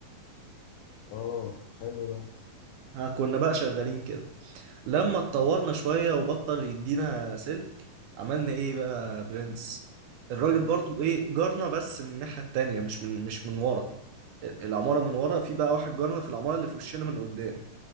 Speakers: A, on the left; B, on the right.
A: اه حلو ده
B: ها كنا بقى شغالين كده لما اتطورنا شوية وبطل يدينا سلك عملنا ايه بقى برنس الراجل
A: إيه،
B: برضو ايه جارنا بس من الناحية التانية مش من مش من ورا العمارة من ورا في بقى واحد جارنا في العمارة اللي في وشنا من قدام